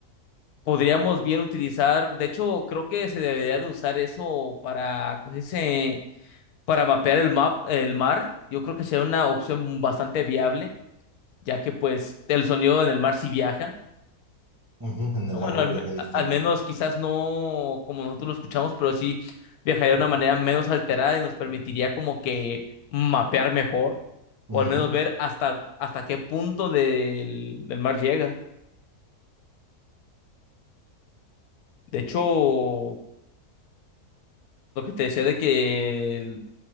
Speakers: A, on the left (about 75°); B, on the right (about 25°).
A: podríamos bien utilizar, de hecho, creo que se debería de usar eso para, ¿cómo se dice? Para mapear el map, el mar. Yo creo que sería una opción bastante viable, ya que pues el sonido en el mar sí viaja.
B: Ujú, en el
A: Bueno,
B: agua
A: al,
B: viaja
A: me-
B: distinto.
A: al menos quizás no como nosotros lo escuchamos, pero sí viajaría de una manera menos alterada y nos permitiría como que mapear mejor, o
B: Ujú,
A: al menos ver hasta, hasta qué punto del, del mar llega. De hecho, lo que te decía de que el-